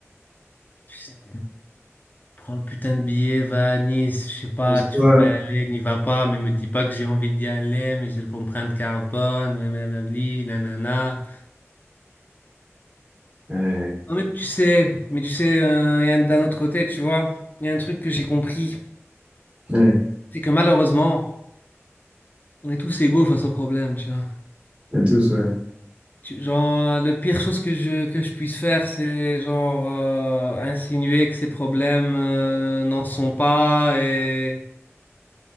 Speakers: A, on the left (about 35°); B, on the right (about 25°).
A: <laughs> Prends le putain de billet, va à Nice, je sais pas,
B: Pense-toi.
A: tu veux pas y aller, n'y va pas, mais me dis pas que j'ai envie d'y aller, mais j'ai le l'empreinte carbone, mais blablabli, nanana.
B: Ouais,
A: Non, mais tu sais, mais tu sais, euh, y a un- d'un autre côté, tu vois, il y a un truc que j'ai compris,
B: ouais,
A: c'est que malheureusement, on est tous égaux face au problème, tu vois.
B: on tous, ouais.
A: Tu- genre, le pire chose que je, que je puisse faire, c'est genre euh, insinuer que ces problèmes euh, n'en sont pas et,